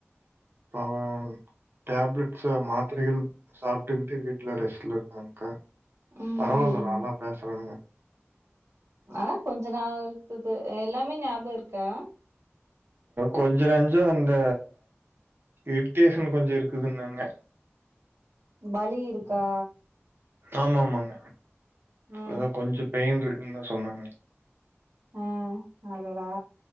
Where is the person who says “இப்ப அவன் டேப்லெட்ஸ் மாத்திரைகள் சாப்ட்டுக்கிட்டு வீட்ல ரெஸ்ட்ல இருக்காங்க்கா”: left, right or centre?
Right